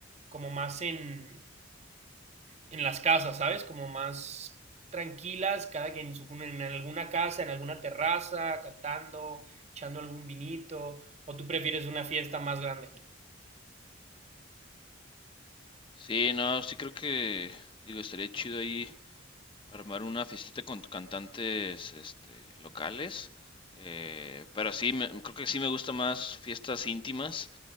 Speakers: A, on the right; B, on the left.
A: como más en, en las casas, ¿sabes? Como más tranquilas, cada quien en, su- en alguna casa, en alguna terraza, cantando, echando algún vinito, o tú prefieres una fiesta más grande.
B: Sí, no, sí creo que, digo, estaría chido ahí Armar una fiestita con cantantes este, locales. eh, pero sí, me- creo que sí me gusta más fiestas íntimas